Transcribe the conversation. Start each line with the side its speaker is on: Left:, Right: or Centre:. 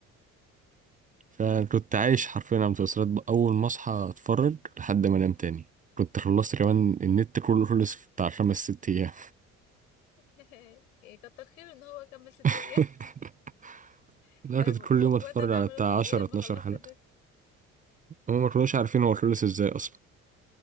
Right: <laughs> فكنت عايش حرفيا على المسلسلات بقى. أول ما أصحى أتفرج لحد ما أنام تاني كنت خلصت كمان النت كله خلص في بتاع خمس ست أيام
Left: <laughs> إيه، كتر خيره ان هو كمل ست
Right: <laughs>
Left: ايام <laughs>
Right: لا
Left: طيب
Right: كنت
Left: واخواتك
Right: كل يوم أتفرج
Left: عملوا
Right: على بتاع
Left: فيك
Right: عشرة
Left: ايه لما
Right: اتناشر
Left: خلصت
Right: حلقة
Left: النت
Right: هما ما كانوش عارفين هو خلص إزاي أصلا